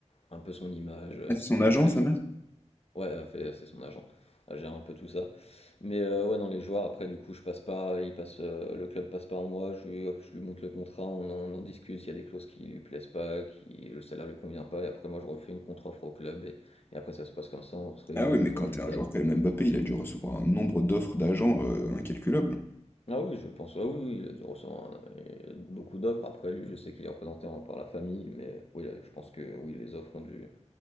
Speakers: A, on the left (about 60°); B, on the left (about 20°).
A: un peu son image, euh,
B: Ah, c'est
A: ses
B: son
A: contrats,
B: agent, sa
A: etc.
B: mère?
A: Ouais, heu, fait c'est son agent. Elle gère un peu tout ça. Mais, heu, ouais, non, les joueurs après du coup je passe pas, il passe, heu, le club passe par moi, je lui je lui montre le contrat, on en on en discute, il y a des clauses qui lui plaisent pas, qui le salaire lui convient pas et après moi je refais une contre-offre au club et et après ça se passe comme ça, on se réunit
B: Ah oui, mais
A: autour
B: quand
A: d'une
B: t'es un
A: table.
B: joueur quand même Mbappé, il a dû recevoir un nombre d'offres d'agents euh, incalculable.
A: Ah oui, je pense, ah oui, oui, il a dû recevoir un euh, beaucoup d'offres. Après lui, je sais qu'il est représenté en par la famille, mais oui, là, je pense que oui, les offres ont dû